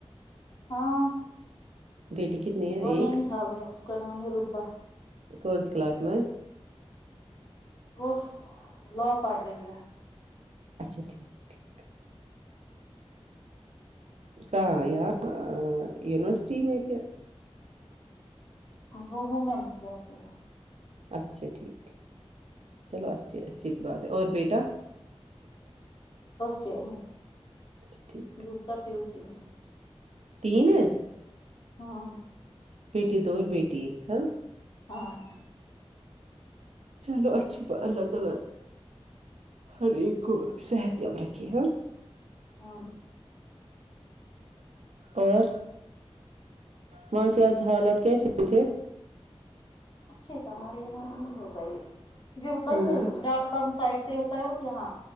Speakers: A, on the left; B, on the right.
A: ہاں
B: بیٹی کتنی ہے
A: وہ
B: ایک
A: نینیحال میں اس کا نام ہے روتبا
B: کوچ کلاس میں
A: وہ لو پڑ رہی ہے
B: اچھا ٹھیک ٹھیک کہاں یہاں یونیورسٹی میں کیا
A: وہ وومینس جتی ہے
B: اچھا ٹھیکھیک چلو اچھی اچھی بات ہے اور بیٹا
A: ج میں
B: اچھا ٹھیک
A: دوسرا پیوس س میں
B: تین ہے
A: ہاں
B: بیٹی دو اور بیٹی ایک ہ
A: ہاں
B: چلو اچھی اللہ تعالی ہر ایک کو صحت یاب رکھھی ہاں
A: ہ
B: اور وہاں سے حالات کیسے تھے
A: اچھے تو ہماریے یہاں نہیں ہو گئی جوتا
B: ہوں
A: ہی ڈاؤن اؤن سائڈ سے ہوتا ہے وہ یہاں